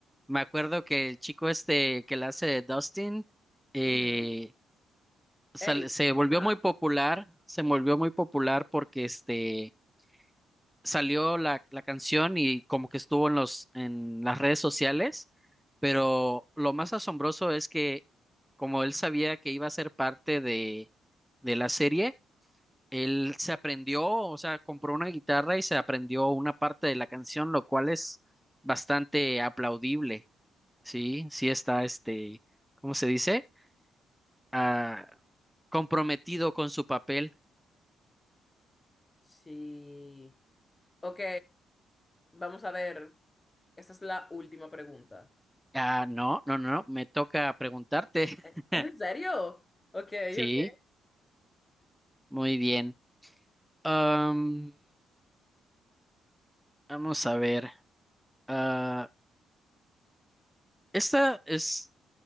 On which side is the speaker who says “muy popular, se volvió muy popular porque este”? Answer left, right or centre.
Centre